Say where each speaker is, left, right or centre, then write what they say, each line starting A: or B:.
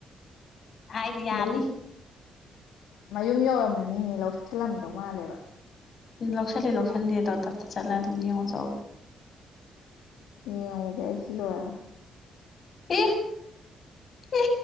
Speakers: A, on the left; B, on the left.
A: ꯍꯥꯏꯗꯤ ꯌꯥꯅꯤ
B: ꯃꯌꯨꯝ ꯃꯌꯨꯝ ꯌꯧꯔꯝ ꯃꯅꯤ ꯃꯤ ꯂꯧꯁꯜꯂꯝꯗꯧ ꯃꯥꯜꯂꯦꯕ
A: ꯂꯧꯁꯤꯜꯂꯤ ꯂꯧꯁꯤꯟꯗꯦꯗꯣ ꯇꯞ ꯇ ꯆꯠꯂ ꯑꯗꯨꯝ ꯌꯦꯡꯉꯨ ꯆꯣꯑꯣꯕ
B: ꯌꯦꯡꯉꯨꯒꯦ ꯑꯩ ꯁꯤ ꯂꯣꯏꯔꯒ
A: ꯑꯦ ꯑꯦ